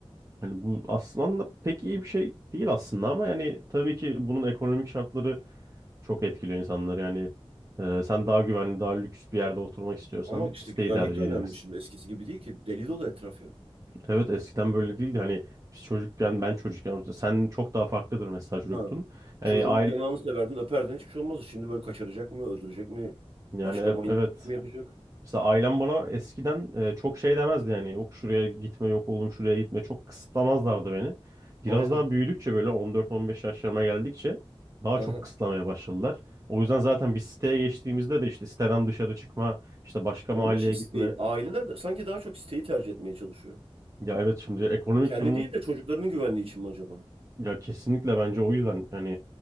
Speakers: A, on the right (about 30°); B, on the right (about 65°).
A: Hani bu aslında pek iyi bir şey değil aslında ama yani tabii ki bunun ekonomik şartları çok etkiliyor insanları. Yani e, sen daha güvenli, daha lüks bir yerde oturmak istiyorsan
B: Ama işte
A: siteyi
B: güvenlik
A: tercih
B: de önemli
A: edeceksin.
B: şimdi. Eskisi gibi değil ki. Deli dolu etraf ya.
A: Evet eskiden böyle değildi. Hani biz çocukken, ben çocukken, sen çok daha farklıdır mesela çocuktun.
B: Ha. Çocuğun
A: Yani aile,
B: yanağını severdin, öperdin hiçbir şey olmazdı. Şimdi böyle kaçıracak mı, öldürecek mi,
A: yani
B: başka
A: e-
B: manyaklık
A: evet
B: mı yapacak?
A: Mesela ailem bana eskiden e, çok şey demezdi yani yok şuraya gitme yok oğlum şuraya gitme çok kısıtlamazlardı beni. Biraz
B: Aynen.
A: daha büyüdükçe böyle 14-15 yaşlarıma geldikçe daha
B: Hı
A: çok
B: hı.
A: kısıtlamaya başladılar. O yüzden zaten bir siteye geçtiğimizde de işte siteden dışarı çıkma, işte başka
B: Onun
A: mahalleye
B: için siteyi,
A: gitme.
B: aileler de sanki daha çok siteyi tercih etmeye çalışıyor.
A: Ya evet şimdi ekonomik
B: Kendi
A: durumu
B: değil de çocuklarının güvenliği için mi acaba?
A: Ya kesinlikle bence o yüzden yani